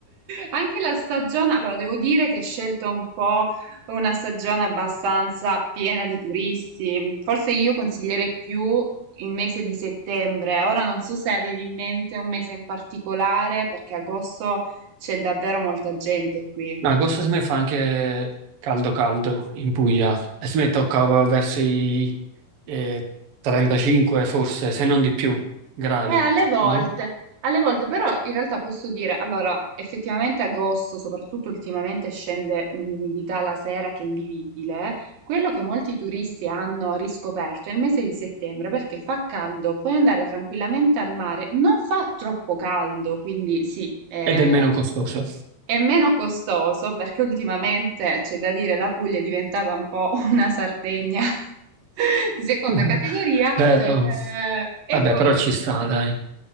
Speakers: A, on the right; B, on the right.
A: Anche la stagione, allora devo dire che è scelta un po' una stagione abbastanza piena di turisti. Forse io consiglierei più il mese di settembre. Ora non so se avevi in mente un mese in particolare, perché agosto c'è davvero molta gente qui.
B: no, agosto si me fa anche caldo caldo in Puglia e si me tocca verso i eh, 35 forse, se non di più, gradi,
A: Eh, alle volte,
B: no?
A: alle volte però in realtà posso dire, allora, effettivamente agosto, soprattutto ultimamente, scende un'umidità la sera che è invivibile. Quello che molti turisti hanno riscoperto è il mese di settembre perché fa caldo, puoi andare tranquillamente al mare, non fa troppo caldo, quindi sì, è,
B: Ed è meno costoso.
A: è meno costoso perché ultimamente c'è da dire la Puglia è diventata un po' una Sardegna <laughs> di seconda
B: <laughs>
A: categoria.
B: Vero?
A: Eh, e
B: Vabbè,
A: poi
B: però ci sta, dai.